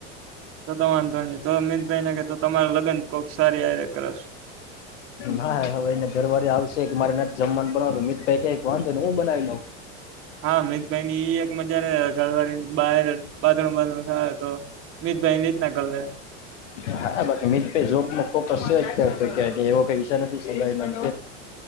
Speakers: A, on the right; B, on the left.
A: તો તમા જાણી તો અમિતભાઈ નાને કે તો તમારા લગ્ન કો સારી આરે કરશે
B: હા હવે એને ઘરવાર આવશે કે મારે ના જમવાનું બનાવ અમીતભાઇ કે વાંધો ને હું બનાવી લઉં
A: હા, મિતભાઈ ની એક મજા ઘરવાળી બાર બાંધું બાંધું થાય તો મિતભાઈની રીતના કર લે.
B: હા બાકી મિડ પે જોબમાં ફોકસ છે અત્યારે તો કએ એવો કઈ વિસાર નથી સમાય